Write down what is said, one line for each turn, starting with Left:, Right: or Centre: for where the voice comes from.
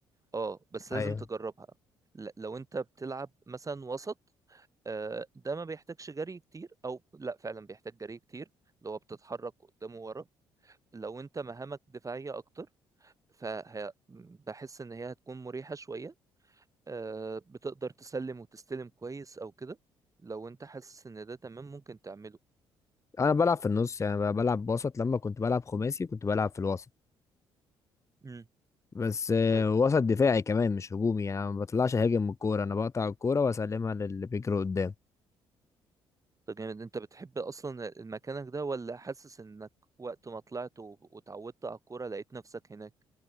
Right: اه بس
Left: ايوه
Right: لازم تجربها ل- لو انت بتلعب مثلا وسط آه، ده ما بيحتاجش جري كتير او لا فعلا بيحتاج جري كتير اللي هو بتتحرك قدام وورا لو انت مهامك دفاعية اكتر فبحس ان هي هتكون مريحة شوية آه، بتقدر تسلم وتستلم كويس او كده لو انت حاسس ان ده تمام ممكن تعمله
Left: انا بلعب في النص يعني ب- بلعب وسط لما كنت بلعب خماسي كنت بلعب في الوسط
Right: مم.
Left: بس آه،
Right: طيب
Left: وسط دفاعي كمان مش هجومي يعني أنا ما بطلعش هاجم من الكوره انا بقطع الكوره واسلمها للي بيجري قدام
Right: ده جامد انت بتحب اصلا المكانك ده ولا حاسس انك وقت ما طلعت و- واتعودت على الكورة لقيت نفسك هناك